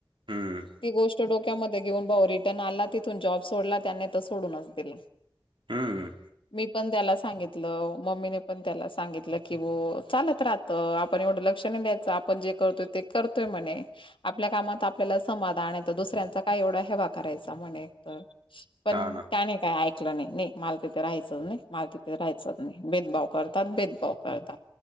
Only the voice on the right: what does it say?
हम्म
हम्म
हा ना